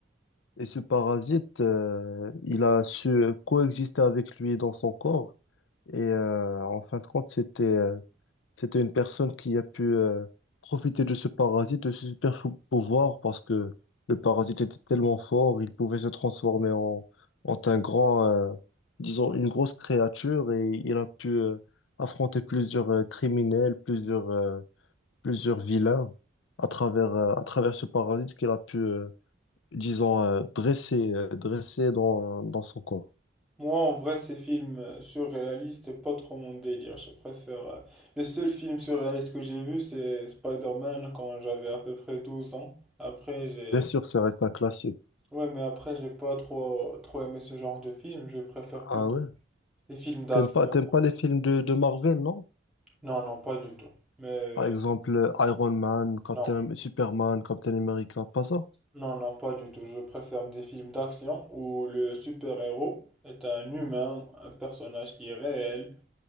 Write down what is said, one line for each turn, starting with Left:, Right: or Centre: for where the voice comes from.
Left: Et ce parasite, euh, il a su euh, coexister avec lui dans son corps. Et euh, en fin de compte, c'était euh, c'était une personne qui a pu euh, profiter de ce parasite, de ce super fou- pouvoir, parce que le parasite était tellement fort, il pouvait se transformer en, en un grand, euh, disons, une grosse créature, et il a pu euh, affronter plusieurs euh, criminels, plusieurs, euh, plusieurs vilains à travers, euh, à travers ce parasite qu'il a pu, euh, disons, euh, dressé, euh, dressé dans, dans son corps.
Centre: Moi, en vrai, ces films euh, surréalistes, c'est pas trop mon délire. Je préfère. euh, Le seul film surréaliste que j'ai vu, c'est Spider-Man quand j'avais à peu près 12 ans. Après, j'ai.
Left: Bien sûr, ça reste un classique.
Centre: Ouais, mais après, j'ai pas trop, trop aimé ce genre de film. Je préfère
Left: Ah
Centre: plutôt
Left: ouais?
Centre: les films d'action.
Left: T'aimes pas, t'aimes pas les films de, de Marvel, non?
Centre: Non, non, pas du tout. Mais.
Left: Par exemple, euh, Iron Man, Captain,
Centre: Non,
Left: Superman, Captain America, pas ça?
Centre: non, non, pas du tout. Je préfère des films d'action où le super-héros est un humain, un personnage qui est réel.